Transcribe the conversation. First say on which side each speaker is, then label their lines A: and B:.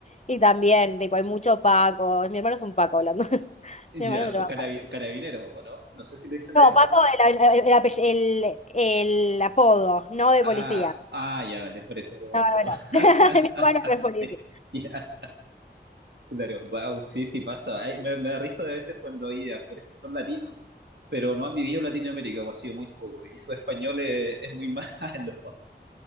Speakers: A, on the left; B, on the right.
A: Y también, tipo, hay mucho Paco. Mi hermano es un Paco hablando. <laughs>
B: ya,
A: Mi hermano se llama
B: pues carabi-
A: Paco.
B: carabinero, ¿o no? No sé si le dicen la
A: No,
B: misma
A: Paco
B: manera.
A: el, el, el apell- el- el apodo, no de
B: Ah,
A: policía.
B: ah, ya, les por eso pregunto.
A: No, no, no.
B: <laughs>
A: <laughs> Mi hermano no es policía.
B: Sí, Ya, claro, wow, sí, sí pasa. Ay, me, me da risa de veces cuando hay actores que son latinos, pero no han vivido en Latinoamérica, o ha sido muy poco, y su español es, es muy <laughs> malo.